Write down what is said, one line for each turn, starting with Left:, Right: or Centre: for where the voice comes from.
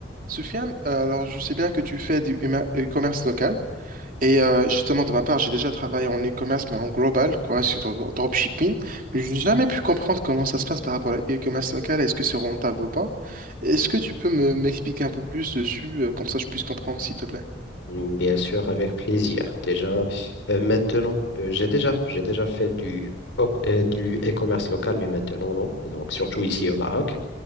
Right: Soufiane, euh, alors je sais bien que tu fais du huma- e-commerce local et euh, justement de ma part, j'ai déjà travaillé en e-commerce mais en global, quoi, sur dro- dropshipping. Mais Je n'ai jamais pu comprendre comment ça se passe par rapport à l'e-commerce local. Est-ce que c'est rentable ou pas? Est-ce que tu peux me m'expliquer un peu plus dessus, euh, comme ça je puisse comprendre, s'il te plaît?
Left: Bien sûr, avec plaisir. Déjà, euh, maintenant, euh, j'ai déjà, j'ai déjà fait du, o- euh, du e-commerce local, mais maintenant, non. Et Donc, surtout ici au Maroc.